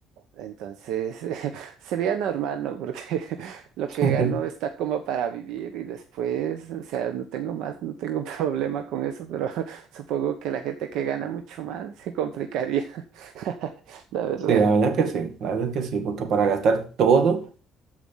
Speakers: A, on the right; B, on the right.
A: entonces <laughs> sería normal, ¿no? Porque <laughs> lo
B: <laughs>
A: que gano está como para vivir y después, o sea, no tengo más, no tengo <laughs> problema con eso, pero <laughs> supongo que la gente que gana mucho más se complicaría, <laughs> la verdad.
B: Sí, la verdad que sí, la verdad que sí, porque para gastar todo,